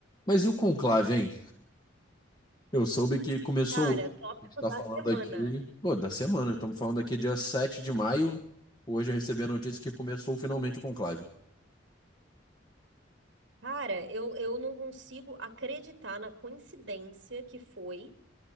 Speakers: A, on the left; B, on the right.
A: Mas e o conclave, hein? Eu soube que começou
B: Cara,
A: hoje.
B: tópico
A: A gente tá
B: da
A: falando
B: semana.
A: aqui, pô, da semana. Estamos falando aqui dia 7 de maio. Hoje eu recebi a notícia que começou finalmente o conclave.
B: Cara, eu, eu não consigo acreditar na coincidência que foi